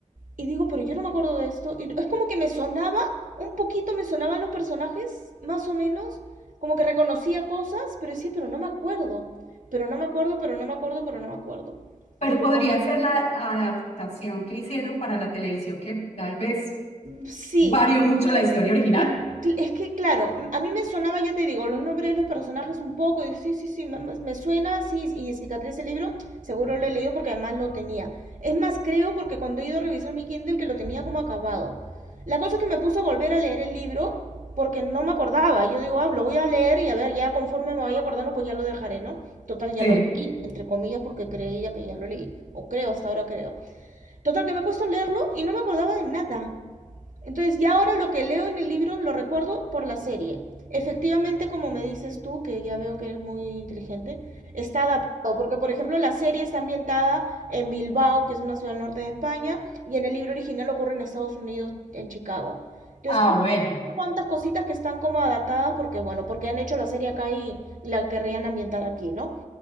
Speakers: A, on the right; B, on the left.
A: y digo, pero yo no me acuerdo de esto. Y es como que me sonaba, un poquito me sonaban los personajes, más o menos, como que reconocía cosas, pero decía, pero no me acuerdo, pero no me acuerdo, pero no me acuerdo, pero no me acuerdo.
B: pero
A: Digo,
B: podría
A: bueno,
B: ser la adaptación que hicieron para la televisión que tal vez
A: sí,
B: varió mucho la historia original.
A: Es, es que, claro, a mí me sonaba, ya te digo, los nombres de los personajes un poco, y sí, sí, sí, me, me suena, sí, y cicatriz el libro, seguro lo he leído porque además lo tenía. Es más, creo porque cuando he ido a revisar mi Kindle que lo tenía como acabado. La cosa es que me puso a volver a leer el libro porque no me acordaba. Yo digo, ah, lo voy a leer y a ver, ya conforme me vaya acordando, pues ya lo dejaré, ¿no? Total, ya
B: Sí,
A: lo leí, entre comillas, porque creía que ya lo leí, o creo, hasta ahora creo. Total, que me he puesto a leerlo y no me acordaba de nada. Entonces ya ahora lo que leo en el libro lo recuerdo por la serie. Efectivamente, como me dices tú, que ya veo que eres muy inteligente, está adaptado, porque por ejemplo la serie está ambientada en Bilbao, que es una ciudad al norte de España, y en el libro original ocurre en Estados Unidos, en Chicago. Entonces,
B: Ah,
A: hay
B: bueno.
A: unas cuantas cositas que están como adaptadas porque, bueno, porque han hecho la serie acá y la querrían ambientar aquí, ¿no?